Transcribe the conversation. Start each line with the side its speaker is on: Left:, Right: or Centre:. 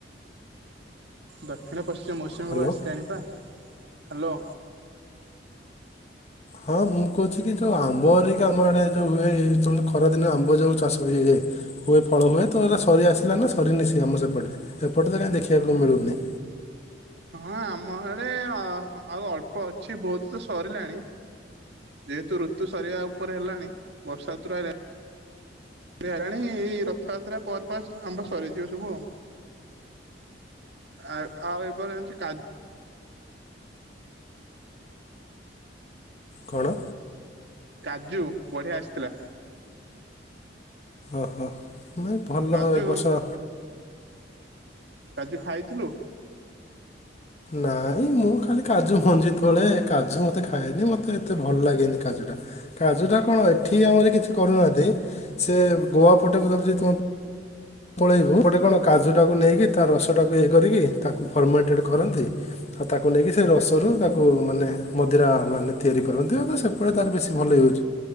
Right: ଦକ୍ଷିଣ ପଶ୍ଚିମ ମୌସୁମୀ
Left: ହ୍ୟାଲୋ।
Right: ବାୟୁ ଆସିିଲାଣି ପା ହ୍ୟାଲୋ
Left: ହଁ ମୁଁ କହୁଛି କି ଯୋଉ ଆମ୍ବରିକା ଆମ ଆଡେ ଯୋଉ ହୁଏ ଖରାଦିନ ଆମ୍ବ ଯୋଉ ଚାଷ ହୁଏ ହୁଏ ଫଳ ହୁଏ ତ ଏରା ସରି ଆସିଲା ନା ସରିନି ଆମ୍ବ ସେ ଆମ ସେପଟେ ଏପଟେ ତ କାହିଁ ଦେଖିବାକୁ ମିଳୁନି।
Right: ହଁ ଆମ ଆଡେ ଆଉ ଅଳ୍ପ ଅଛି ବହୁତ ତ ସରିଲାଣି ଯେହେତୁ ଋତୁ ସରିବା ଉପରେ ହେଲାଣି ବର୍ଷାତ ହେଲାଣ ହେଲାଣି ଏଇ ରଥଯାତ୍ରା ପରପ ଆମ୍ବ ସରିଯିବ ସବୁ ଆଉ ଆ ଆଉ ଏବେ ଆଣିଛି କାଜୁ
Left: କଣ?
Right: କାଜୁ ବଢ଼ିଆ ଆସିଥିଲା।
Left: ଓ ହୋ। ନାଇଁ ଭଲ
Right: କାଜୁ
Left: ଏ ବର୍ଷ
Right: କାଜୁ ଖାଇଥିଲୁ?
Left: ନାଇଁ ମୁଁ ଖାଲି କାଜୁ ଭଞ୍ଜି ଯେ ବେଳେ କାଜୁ ମତେ ଖାଏନି ମତେ ଏତେ ଭଲ ଲାଗେନି କାଜୁ ଟା କାଜୁ ଟା କଣ ଏଠି ଆମର କିଛି କରୁନାହାନ୍ତି ସେ ଗୋଆ ପଟେ <unintelligible> ଆ ପଳେଇବୁ ଗୋଟେ କଣ କାଜୁ ଟାକୁ ନେଇକି ତା ରସଟାକୁ ଇଏ କରିକି ତାକୁ ଫର୍ମେଣ୍ଟେଡ କରନ୍ତି ଆଉ ତାକୁ ନେଇକି ସେ ରସରୁ ତାକୁ ମାନେ ମଧିରା ମାନେ ତିଆରି କରନ୍ତି। ଆଉ ସେପଟେ ତାର ବେଶୀ ଭଲ ୟୁଜ